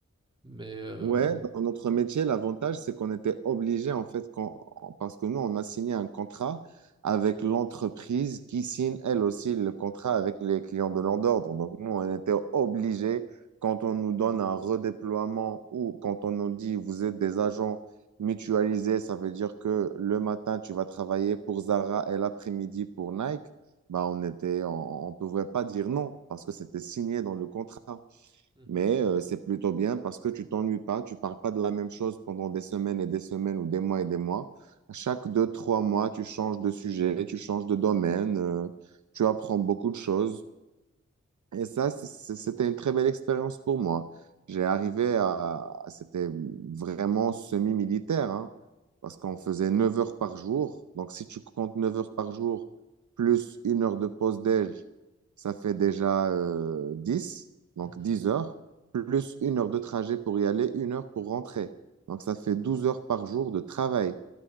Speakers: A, on the right; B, on the right.
A: Mais... euh,
B: Ouais, dans notre métier, l'avantage, c'est qu'on était obligé, en fait, qu'on- parce que nous, on a signé un contrat avec l'entreprise qui signe, elle aussi, le contrat avec les clients de leur ordre. Donc, nous, on était obligé, quand on nous donne un redéploiement ou quand on nous dit, vous êtes des agents mutualisés, ça veut dire que le matin, tu vas travailler pour Zara et l'après-midi pour Nike. Bah, on était, on, on pouvait pas dire non parce que c'était signé dans le contrat.
A: mhm,
B: Mais euh, c'est plutôt bien parce que tu t'ennuies pas, tu parles pas de la même chose pendant des semaines et des semaines ou des mois et des mois. À chaque deux, trois mois, tu changes de sujet, tu changes de domaine, euh, tu apprends beaucoup de choses. Et ça, c- c- c'était une très belle expérience pour moi. J'ai arrivé à... C'était vraiment semi-militaire, hein, parce qu'on faisait 9 heures par jour. Donc, si tu comptes 9 heures par jour, plus une heure de pause déj, ça fait déjà euh, 10, donc
A: mhm.
B: 10 heures, plus une heure de trajet pour y aller, une heure pour rentrer. Donc, ça fait 12 heures par jour de travail.